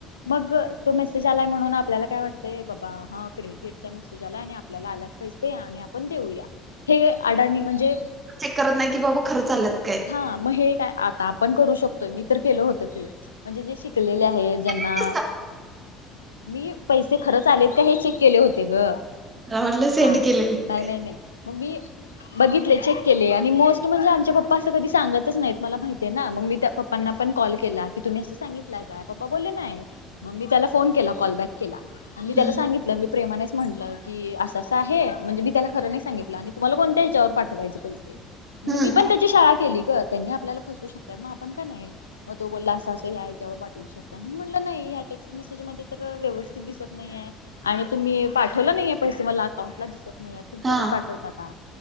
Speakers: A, on the left; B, on the right.
A: मगं तो मेसेज आलाय म्हणून, आपल्याला काय वाटतंय? बाबा हा! क्रेडीटेडचा मेसेज आलाय आणि आपल्याला आल्यात पैसे आणि आपण देऊया हे अडणी म्हणजे
B: चेक करत नाही की, बाबा खरंच आलेत काय?
A: हा, मग हे काय? आता आपण करू शकतोय, मी तर केलं होत ते. म्हणजे जे शिकलेले आहे, ज्यांना.
B: तेच ना,
A: मी पैसे खरंच आलेत का हे चेक केले होते गं,
B: मला वाटलं सेंड
A: हा.
B: केलेली
A: नाही,
B: काय
A: नाही, नाही. मग मी बघितले, चेक केले. आणि मोस्ट म्हणजे आमचे पप्पा तर कधी सांगतच नाहीत मला माहिती आहे ना. मग मी त्या पप्पांना पण कॉल केला की, तुम्ही असं सांगितलंय का? पप्पा बोलले नाही, मग मी त्याला फोन केला. कॉलबॅक केला आणि मी त्याला
B: हम्म
A: सांगित त्याला, मी प्रेमानेच म्हटलं की असं-असं आहे. म्हणजे मी त्याला, खरं नाही सांगितलं आणि तुम्हाला, कोणत्या ह्याच्यावर पाठवायचें पैसे. म्हणजे
B: हम्म
A: मी पण, त्याची शाळा केली गं. त्यांनी आपल्याला फसवू शकतात, मग आपण का नाही? मग तो बोलला, असं-असं या ह्याच्यावर पाठवू शक तातं. म्हटलं नाही ह्या टेक्स्ट मेसेज मध्ये तर, व्यवस्थित दिसत नाही आहे. आणि तुम्ही, पाठवलं नाहीये पैसे मला अकाउंटला दिसत नाही. आता
B: हा
A: परत पाठवतो आता